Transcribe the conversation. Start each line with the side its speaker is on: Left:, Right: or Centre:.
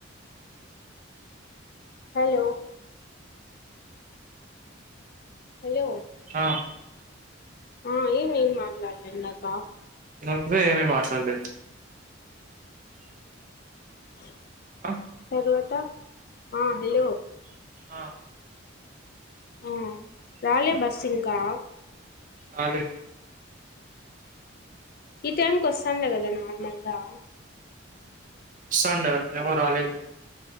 Left: హలో హలో
Right: ఆ
Left: ఆ ఏం ఏం మాట్లాడ్లే ఇందాక
Right: నువ్వే ఏమి మాట్లాడ్లేదు.
Left: <inaudible>
Right: ఆ
Left: తర్వాత ఆ హలో
Right: ఆ
Left: ఆ రాలే బస్ ఇంకా
Right: రాలే
Left: ఈ టైంకి వస్తాండే కదా నార్మల్గా
Right: సండే <unintelligible>